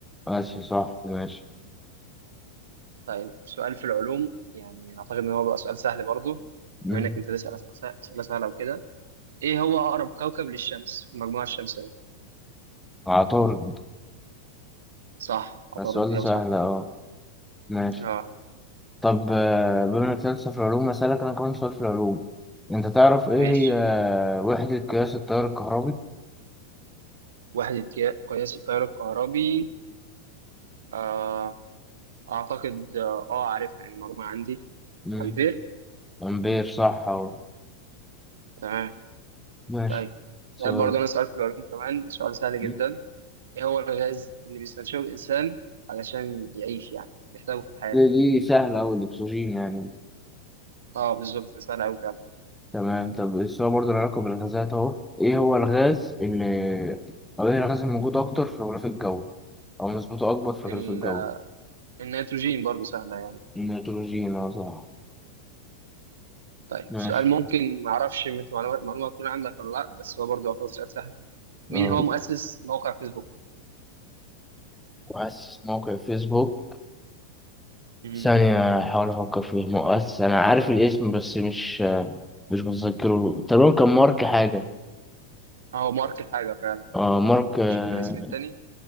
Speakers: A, in the centre; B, on the right.
A: ماشي صح ماشي
B: طيب سؤال في العلوم يعني اعتقد ان هو بقى سؤال سهل برضه
A: مم.
B: بما انك انت تسال اسئله أسئلة سهله وكده ايه هو اقرب كوكب للشمس في المجموعه الشمسيه
A: عطارد
B: صح عطارد
A: السؤال ده
B: اجابه
A: سهل
B: صح
A: أه ماشي
B: اه
A: طب آه، بما انك لسه في العلوم اسالك انا كمان سؤال في العلوم انت تعرف ايه
B: ماشي
A: هي آه، وحدة قياس التيار الكهربي
B: وحده قيا- قياس التيار الكهربي آه اعتقد اه آه، عارفها يعني المعلومه عندي
A: مم.
B: امبير
A: امبير صح اهو
B: تمام
A: ماشي
B: طيب سؤال
A: سؤال
B: برضه انا سؤال في العلوم كمان سؤال سهل
A: دي
B: جدا ايه هو الغاز اللي بيستنشقه الانسان علشان يعيش يعني بيحتاجه في الحياه
A: دي سهلة أوي الأكسجين يعني
B: اه بالظبط سهل قوي فعلا
A: تمام طب السؤال برضه له علاقة بالغازات أهو إيه هو الغاز اللي أو إيه الغاز الموجود أكتر في الغلاف الجوي أو نسبته أكبر في الغلاف
B: ال-
A: الجوي
B: النيتروجين برضه سهله يعني
A: النيتروجين أه صح
B: طيب
A: ماشي
B: سؤال ممكن ما اعرفش مت- معلومه معلومة تكون عندك ولا لا بس هو برضه يعتبر سؤال سهل مين
A: أه
B: هو مؤسس موقع فيسبوك؟
A: مؤسس موقع فيسبوك
B: امم
A: ثانية أحاول أفكر فيه مؤسس أنا عارف الاسم بس مش مش متذكره تقريبا كان مارك حاجة
B: هو مارك حاجة فعلا
A: اه مارك آه،
B: مش فاكر اسم التاني